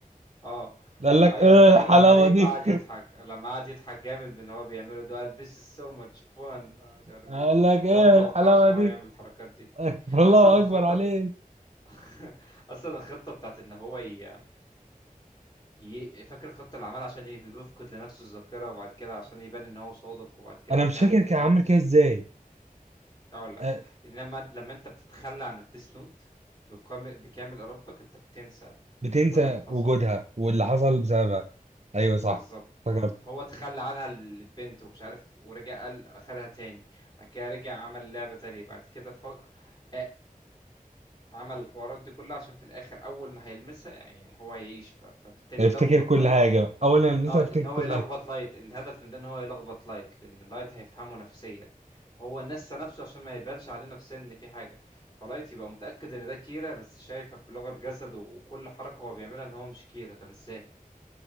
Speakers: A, on the left (about 30°); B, on the right (about 50°).
A: آه.
B: قال لك
A: أيوه
B: ايه
A: أنا فاكر
B: الحلاوة
A: لمّا ريك
B: دي
A: قعد يضحك، لمّا قعد يضحك جامد من اللي هو بيعمله ده، قال this is so much fun أنا مش عارف
B: قال
A: إيه،
B: لك ايه
A: اللي هو ما توقعش
B: الحلاوه
A: إن
B: دي
A: هو يعمل الحركات دي.
B: <laughs> الله
A: أصلًا الخطة
B: اكبر عليك
A: <laughs> أصلًا الخطة بتاعة إن هو ي ي فاكر الخطة اللي عملها عشان ي يفقد لنفسه الذاكرة وبعد كده عشان يبان إن هو صادق وبعد كده
B: انا
A: ترجع
B: مش فاكر
A: له تاني؟
B: كان عامل كده ازاي
A: هاقول لك،
B: أه،
A: إنما لمّا أنت بتتخلى عن الdeath note بكام بكامل إرادتك أنت بتنسى
B: بتنسى
A: كل اللي حصل.
B: وجودها واللي حصل بسببها ايوه صح
A: بالظبط
B: افتكرت
A: فهو تخلى عنها لبنته ومش عارف ورجع قال اخدها تاني بعد كده رجع عمل لعبة تانية بعد كده ف... آه، عمل الحوارات دي كلها عشان في الاخر اول ما هيلمسها يعني هو هيعيش ف... فبالتالي
B: افتكر
A: يلخبط
B: كل
A: لايت
B: حاجه بقى. اولا لسه
A: اه
B: افتكر
A: ان هو
B: كل
A: يلخبط
B: حاجه
A: لايت الهدف من ده ان هو يلخبط لايت لان لايت هيفهمه نفسيا فهو نسى نفسه عشان ما يبانش عليه نفسيا ان في حاجة فلايت يبقى متأكد ان ده كيرا بس شايفه بلغة جسده وكل حركة هو بيعملها ان هو مش كيرا طب ازاي